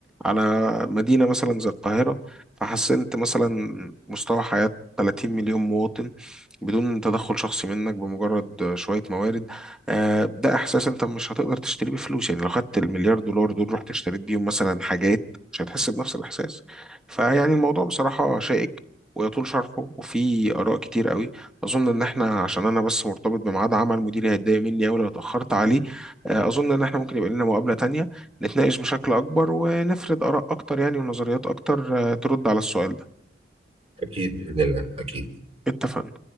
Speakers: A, in the centre; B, on the right.
A: على مدينة مثلا زي القاهرة فحسنت مثلا مستوى حياة 30 مليون مواطن بدون تدخل شخصي منك بمجرد شوية موارد آه، ده إحساس أنت مش هتقدر تشتريه بفلوس يعني لو خدت المليار دولار دول رحت اشتريت بيهم مثلا حاجات مش هتحس بنفس الإحساس فيعني الموضوع بصراحة شائك ويطول شرحه وفي آراء كتير قوي أظن إن إحنا عشان أنا بس مرتبط بميعاد عمل مديري هيتضايق مني أوي لو اتأخرت عليه آه، أظن إن إحنا ممكن يبقى لنا مقابلة تانية نتناقش بشكل أكبر ونفرد آراء أكتر يعني ونظريات أكتر آه، ترد على السؤال ده
B: أكيد بإذن الله أكيد
A: اتفقنا